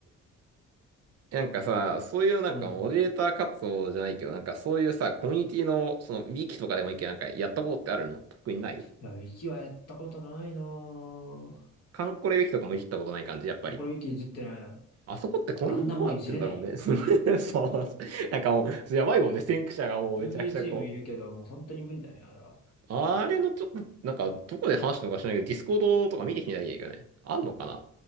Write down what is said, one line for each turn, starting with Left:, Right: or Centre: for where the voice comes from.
Right: う。なんかさ、そういうなんかモデレーター活動じゃないけど、
Left: うん。
Right: なんかそういうさ、コミュニティの、その、ウィキとかでもいいけど、なんかやったことってあるの特にない
Left: いや、ウィキはやったことないなぁ。
Right: カンコレウィキとかもいじったことない感じ、やっぱり。
Left: これウィキいじってない。
Right: あそこってコミュニティどうなってんだろうね。
Left: あんなもんいじれないよ。
Right: <laughs> そう、なんかもう、やばいもんね、先駆者がもうめちゃくちゃこう。
Left: 運営チームいるけど、もう本当に無理だね、あれは。
Right: あれのちょっと、なんか、どこで話したのか知らないけど、ディスコードとか見てきてないんだけどね。あんのかな